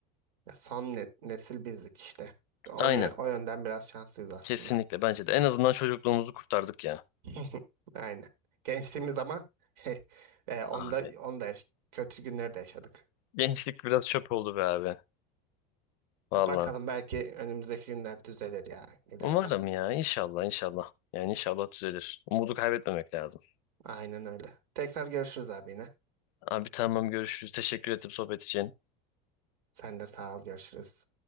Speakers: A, on the right; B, on the left.
A: Ya son ne- nesil bizdik işte. O,
B: Aynen.
A: yö- o yönden biraz şanslıyız aslında.
B: Kesinlikle bence de. En azından çocukluğumuzu kurtardık ya.
A: <laughs> Aynen. Gençliğimiz ama <laughs> e, onda
B: Abi.
A: onda yaş- kötü günler de yaşadık.
B: Gençlik biraz çöp oldu be abi. Valla.
A: Ya bakalım belki önümüzdeki günler düzelir ya ileride.
B: Umarım ya. İnşallah inşallah. Yani inşallah düzelir. Umudu kaybetmemek lazım.
A: Aynen öyle. Tekrar görüşürüz abi yine.
B: Abi tamam görüşürüz. Teşekkür ettim sohbet için.
A: Sen de sağ ol görüşürüz.